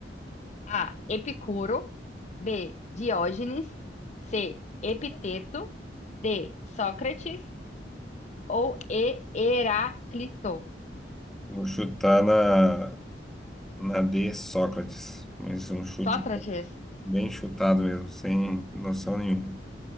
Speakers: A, on the left; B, in the centre.
A: A. Epicuro. B. Diógenes. C. Epiteto. D. Sócrates. Ou E. Heráclito.
B: Vou chutar na, na D, Sócrates. Mas um chute
A: Sócrates.
B: bem chutado mesmo, sem noção nenhuma.